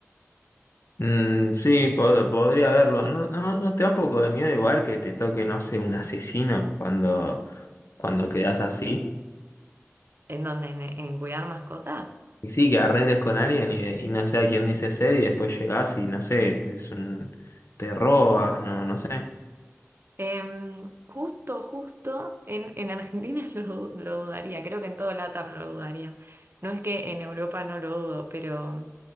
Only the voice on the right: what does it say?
En donde en en cuidar mascotas.
Em, justo, justo, en, en Argentina <laughs> lo, lo dudaría, creo que en todo LATAM lo dudaría. No es que en Europa no lo dudo, pero